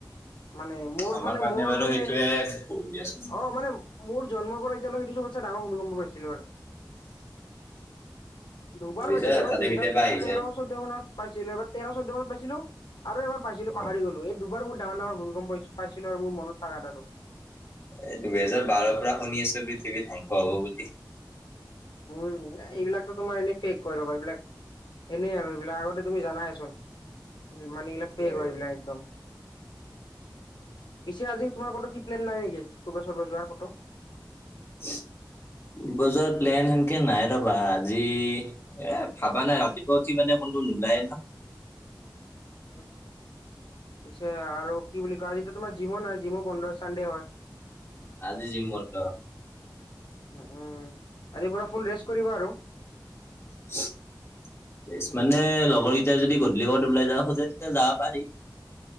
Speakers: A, on the left; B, on the left.
A: মানে মোৰ
B: আমাৰ
A: মানে
B: কাৰণে
A: মোৰ
B: বাৰু
A: মানে
B: সেইটোয়ে বহুত দিয়াচোন
A: অ মানে মোৰ জন্ম পৰা এতিয়া ডাঙৰ ভূমিকম্প পাইছিলো আৰু দুবাৰ
B: হৈ
A: পাই।
B: যায়
A: আছিলে
B: হঠাতে
A: এবাৰ দুহেজাৰ
B: কেতিয়াবা আহি
A: তেৰ
B: যায়
A: চৈধ্যমানত পাইছিলো এবাৰ তেৰ চৈধ্য মানত পাইছিলো আৰু এবাৰ পাইছিলো
B: অ
A: পাহৰি গলো এই দুবাৰ বহুত ডাঙৰ ডাঙৰৰ ভূমিকম্প পাইছিলোঁ। পাইছিলো আৰু মোৰ মনত থাকা আৰু
B: এ দুহেজাৰ
A: উম
B: বাৰ পৰা শুনি আছো পৃথিৱী ধ্বংস হব বুলি।
A: উম এইবিলাকতটো তোমাৰ এনেই ফেক কৰি ৰ'বা এইবিলাক এনেই আৰু সেইবিলাক আগতে তুমি জানাইচোন মানে
B: সেইটোৱে
A: এইবিলাক ফেক হয় এইবিলাক একদম পিছে আজি তোমাৰ কত প্ৰিপ্লেন নাই নেকি ফূৰ্বা চৰ্বা যোৱাৰ কতো
B: <unintelligible> ফুৰবা যোৱা প্লেন সেনেকে নাই ৰবা আজি এ ভাবা নাই আজি। উঠি মানে কতো নোলায় না
A: উম পিছে আৰু কি বুলি কয় আজি তোমাৰ জিমো নাই জিমো বন্ধ চানডে হয়।
B: আজি জিম বন্ধ।
A: উম আজি পুৰা ফুল ৰেষ্ট কৰিবা আৰু।
B: <unintelligible> মানে লগৰ কেইটাই যদি গধূলি কত ওলাই যাব খোজে তেতিয়া যাব পাৰি।